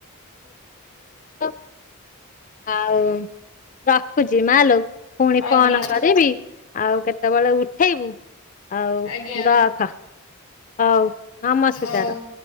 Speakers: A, on the left; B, on the left.
A: <inaudible> ଆଉ ରଖୁଛି ମାଲୋ ପୁଣି
B: ଆଜ୍ଞା
A: ଫୋନ କରିବି। ଆଉ କେତେବେଳେ ଉଠେଇବୁ ଆଉ
B: ଆଜ୍ଞା
A: ରଖ। ହଉ ନମସ୍କାର।
B: ହଉ।